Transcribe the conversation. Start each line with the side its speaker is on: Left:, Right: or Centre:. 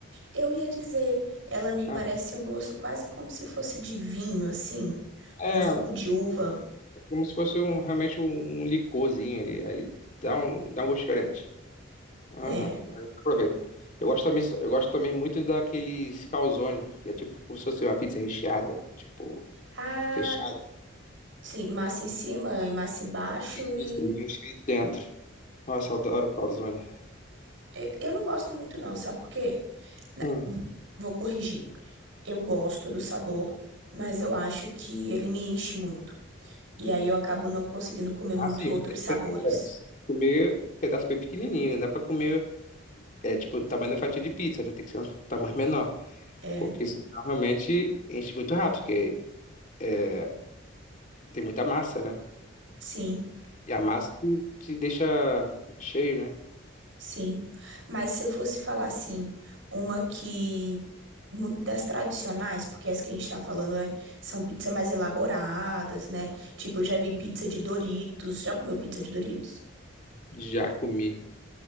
Right: eu ia dizer, ela me parece
Left: Aham.
Right: um gosto quase como se fosse de vinho, assim,
Left: É,
Right: um suco de uva,
Left: é como se fosse um, realmente um, um licorzinho ali. Aí dá um, dá um gosto diferente. Aham,
Right: né?
Left: aí eu já provei. Eu gosto também, eu gosto também muito daqueles calzone, que é tipo como se fosse uma pizza recheada, tipo,
Right: Ah,
Left: fechada.
Right: sim, massa em cima e massa embaixo
Left: Isso,
Right: e
Left: e o recheio dentro. Nossa, eu adoro calzone.
Right: eu eu não gosto muito não, sabe por quê? Na-
Left: Hum.
Right: Vou corrigir. Eu gosto do sabor, mas eu acho que ele me enche muito. E aí eu acabo não conseguindo comer
Left: Ah,
Right: muito
Left: sim,
Right: outros
Left: mas aí
Right: sabores.
Left: tem que, é, você tem que comer um pedaço bem pequenininho, né? Dá pra comer É tipo o tamanho da fatia de pizza, né? Tem que ser um tamanho menor.
Right: É,
Left: Porque senão realmente enche muito rápido, porque é, tem muita massa, né?
Right: sim,
Left: E a massa te, te deixa cheio, né?
Right: sim. Mas se eu fosse falar assim, uma que muito das tradicionais, porque as que a gente tá falando é- são pizzas mais elaboradas, né? Tipo, eu já vi pizza de Doritos. Já comeu pizza de Doritos?
Left: Já comi.